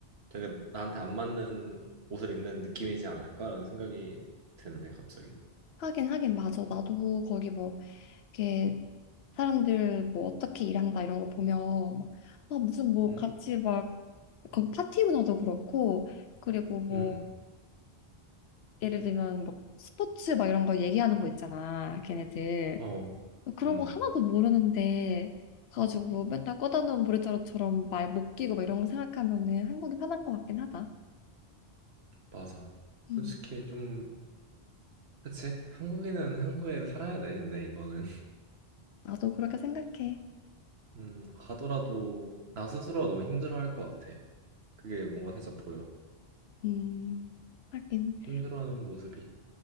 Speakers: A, on the right (about 75°); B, on the left (about 75°).
A: 되게 나한테 안 맞는 옷을 입는 느낌이지 않을까라는 생각이 드네 갑자기.
B: 하긴 하긴 맞아. 나도 거기 뭐 이렇게 사람들 뭐 어떻게 일한다 이런 거 보면 막, 아 무슨 뭐
A: 음.
B: 같이 막 거기 파티 문화도 그렇고 그리고 뭐
A: 음.
B: 예를 들면 뭐 스포츠 막 이런 거 얘기하는 거 있잖아 걔네들
A: 어,
B: 그런
A: 음,
B: 거 하나도 모르는데 가지고 맨날 꺼다 놓은 보리자루처럼 말 못 끼고 막 이런 거 생각하면은 한국이 편한 것 같긴 하다.
A: 맞아.
B: 음,
A: 솔직히 좀, 그치? 한국인은 한국에 살아야 돼, 근데 이거는. <laughs>
B: 나도 그렇게 생각해.
A: 음, 가더라도 나 스스로가 너무 힘들어 할 것 같아. 그게 뭔가 살짝 보여.
B: 음, 하긴
A: 힘들어하는 모습이.